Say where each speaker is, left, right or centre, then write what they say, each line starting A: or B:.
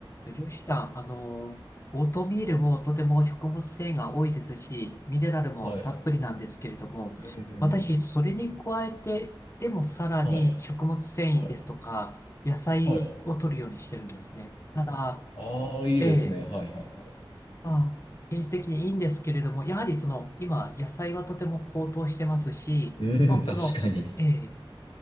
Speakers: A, on the left (about 35°); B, on the left (about 65°).
A: 女子さん、あの、オートミールもとても食物繊維が多いですし、ミネラルもたっぷりなんですけれども、
B: はい。うんうんうん。
A: 私、それに加えて、でもさらに食物繊維ですとか、
B: はい。はい。
A: 野菜を取るようにしてるんですね。
B: はい。
A: ただ、
B: ああ、いいですね。
A: ええ、
B: はい。はい。はい。
A: まあ、現実的にいいんですけれども、やはりその、今、野菜はとても高騰してますし、
B: うん、
A: まあ、
B: 確かに。
A: その、ええ